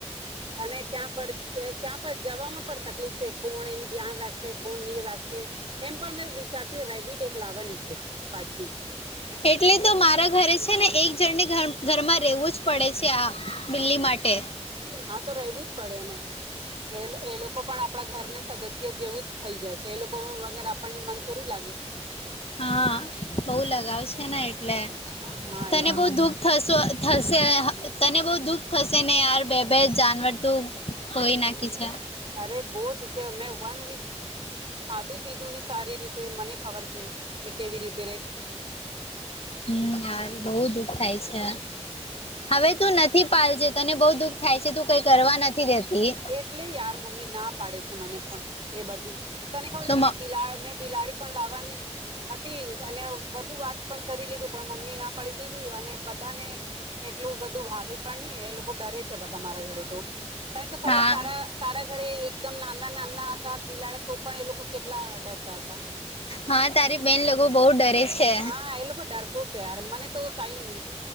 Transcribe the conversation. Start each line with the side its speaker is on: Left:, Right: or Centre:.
Right: અને ક્યાં પણ ક્યાં પણ જવામાં પણ તકલીફ છે કોણ એનું ધ્યાન રાખ કો રાખશે એમ પણ મેં વિચારતી રેબિટ એક લાવવાની છું પાછી
Left: એટલે તો મારા ઘરે છે ને એક જણની ઘર ઘરમાં રહેવું જ પડે છે આ બિલ્લી માટે
Right: હા તો રહેવું જ પડેને એ એ લોકો પણ આપણા ઘરને સદસ્ય જેવું જ થઈ જાય છે એ લોકો વગર આપણને મન થોડી લાગે
Left: હા બઉ લગાવ છે ને એટલે
Right: હા
Left: તને
Right: યાર
Left: બહ દુઃખ થ થશે તને બહ દુઃખ થશે નેાર બે બે જાવાર તોું હોય નાખી છે
Right: અરે બહ દખ મેં વન વીક ખાધું પીધું નની સારી રીતે મને ખબર છે મેં કેવી રીતે રહે
Left: હમ યાર બહુ દુઃખ થાય છે હવે તું નથી પાલજે તને બહુ દુઃખ થાય છે તું કઈ કરવા નથી દેતી
Right: એટલે યાર મમ્મી ના પાડે છે મને પણ એ બધું તને ખબર
Left: તો
Right: છે
Left: મ
Right: મેં બિલા બિલાડી પણ લાવવાની હતી અને વધધુ વાત પણ કરી લીધું પણ મમ્મી ના પાડી દીધું અને બધાને એટલું બધું ભાવે પણ ન એ લોકો ડરે છે બધા મારા ઘરે તો તને તો ખબર
Left: હા
Right: તારા તારા ઘરે એકદમ નાલા નાના હતા બિલાડ્યા તો પણ એ લોકો કેટલા ડરતા હતા
Left: હા તારી બેન લોકો બહુ ડરે છે
Right: હા એ લોકો ડર ઓકે યાર મને તો કઈ નહી